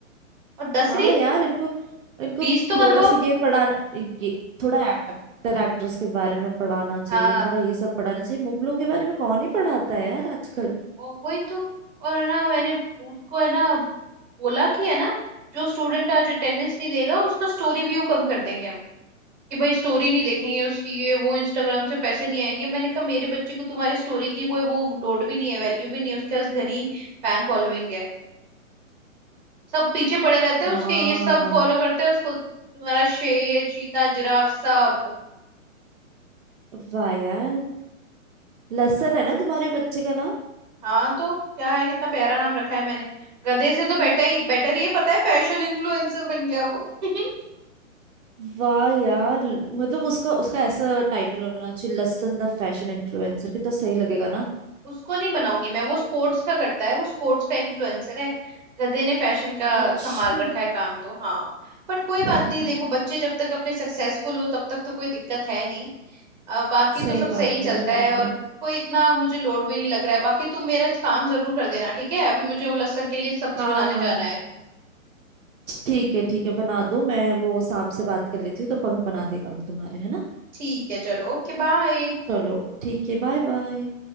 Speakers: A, on the right; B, on the right.
A: और दस
B: हाँ
A: रील
B: यार इनको इनको
A: बीस तो
B: थोड़ा
A: बनवाओ
B: सा ये पढ़ाना ये थोड़ा एक्टर एक्ट्रेस के बारे में पढ़ाना चाहिए
A: हाँ
B: थोड़ा ये सब पढ़ाना चाहिए मुगलों के बारे में कौन ही पढ़ाता है यार आजकल
A: और वही तो और है ना मैंने उसको है ना बोला कि है ना जो स्टूडेंट आज अटेंडेंस नहीं देगा उसका स्टोरी व्यू कम कर देंगे हम कि भाई स्टोरी नहीं देखेंगे उसकी ये वो इंस्टाग्राम से पैसे नहीं आएंगे मैंने कहा मेरे बच्चे को तुम्हारी स्टोरी की कोई वो लोड भी नहीं है वैल्यू भी नहीं है उसके पास घनी फैन फॉलोइंग है सब पीछे पड़े रहते हैं
B: हाँ
A: उसके ये सब फॉलो करते हैं उसको तुम्हारा शेर चीता जिराफ सब
B: वाह यार लसन
A: हाँ
B: है ना तुम्हारे बच्चे का नाम
A: हाँ तो क्या है कितना प्यारा नाम रखा है मैंने गधे से तो बेटा ही बेटर ही है पता है फैशन इन्फ्लुएंसर बन गया वो <laughs>
B: वाह यार मतलब उसका उसका ऐसा टाइटल होना चाहिए लसन द फैशन इन्फ्लुएंसर कितना सही लगेगा ना
A: उसको नहीं बनाऊंगी मैं वो स्पोर्ट्स का करता है वो स्पोर्ट्स का इन्फ्लुएंसर है गधे ने फैशन का
B: अच्छा
A: संभाल रखा है काम तो हाँ बट कोई बात
B: <laughs>
A: नहीं देखो बच्चे जब तक अपने सक्सेसफुल हो तब तक तो कोई दिक्कत है नहीं अ, बाकी
B: सही
A: तो सब
B: बात
A: सही
B: है
A: चलता
B: बिल्कुल
A: है और कोई इतना मुझे लोड भी नहीं लग रहा है बाकी तुम मेरा काम जरूर कर देना ठीक है अभी मुझे वो लहसुन के लिए सब्जी
B: हाँ
A: बनाने
B: हाँ
A: जाना है
B: ठीक है ठीक है बना दो मैं वो सांप से बात कर लेती हूँ तो पंख बना देगा वो तुम्हारे है ना
A: ठीक है चलो ओके बाय
B: चलो ठीक है बाय बाय